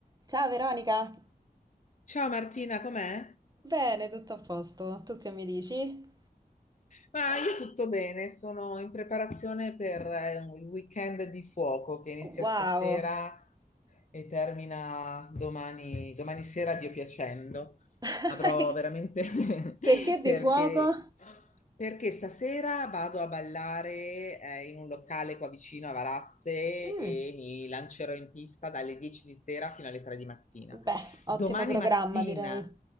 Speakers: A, on the right (about 25°); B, on the left (about 45°).
A: Ciao Veronica!
B: Ciao Martina, com'è?
A: Bene, tutto a posto. Tu che mi dici?
B: Ma io tutto bene, sono in preparazione per eh, il weekend di fuoco che inizia
A: Wow!
B: stasera e termina domani, domani sera, Dio piacendo.
A: <laughs>
B: Avrò veramente <laughs>
A: Perché di
B: perché,
A: fuoco?
B: perché stasera vado a ballare eh, in un locale qua vicino a Varazze
A: Mm,
B: e mi lancerò in pista dalle 10 di sera fino alle 3 di mattina.
A: Beh, ottimo
B: Domani
A: programma,
B: mattina,
A: direi.